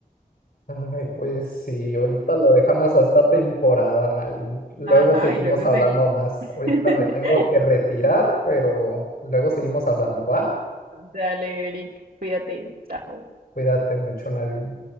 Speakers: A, on the left; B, on the right.
A: Ay, pues sí, ahorita lo dejamos hasta temporada, Nadine. Luego
B: Ajá,
A: seguimos
B: y luego
A: hablando
B: seguimos.
A: más. Ahorita
B: <laughs>
A: me tengo que retirar, pero luego seguimos hablando, ¿va?
B: Dale, Eric, cuídate. Chao.
A: Cuídate mucho, Nadine.